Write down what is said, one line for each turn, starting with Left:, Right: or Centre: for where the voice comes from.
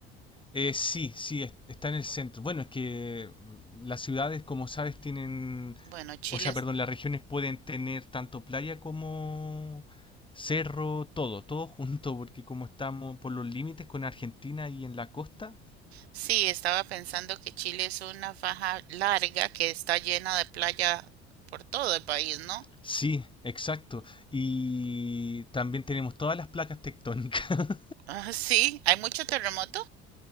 Left: Eh, sí, sí, es- está en el centro. Bueno, es que mm, las ciudades, como sabes, tienen,
Right: Bueno, Chile
Left: o sea, perdón, las regiones pueden tener tanto playa como cerro, todo, todo <laughs> junto, porque como estamos por los límites con Argentina y en la costa,
Right: Sí, estaba pensando que Chile es una faja larga que está llena de playa por todo el país, ¿no?
Left: sí, exacto. Y también tenemos todas las placas tectónicas. <laughs>
Right: Ah, sí, hay mucho terremoto.